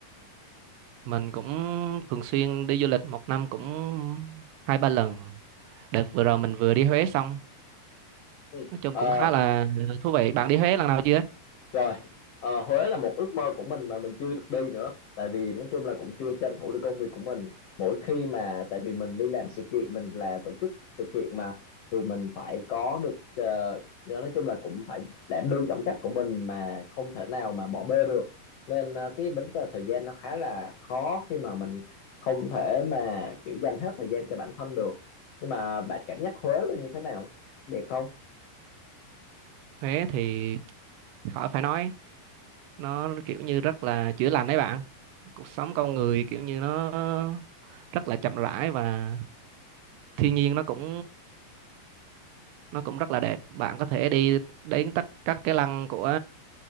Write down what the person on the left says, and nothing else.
ừ.
Ờ,
Rồi, ờ, Huế là một ước mơ của mình mà mình chưa được đi nữa. Tại vì nói chung là cũng chưa tranh thủ được công việc của mình. Mỗi khi mà, tại vì mình đi làm sự kiện, mình là tổ chức sự kiện mà, thì mình phải có được, ờ, nói chung là cũng phải đảm đương trọng trách của mình mà không thể nào mà bỏ bê được. Nên ờ, cái vấn đề thời gian nó khá là khó khi mà mình không thể mà kiểu dành hết thời gian cho bản thân được. Nhưng mà bạn cảm giác Huế là như thế nào? Đẹp không?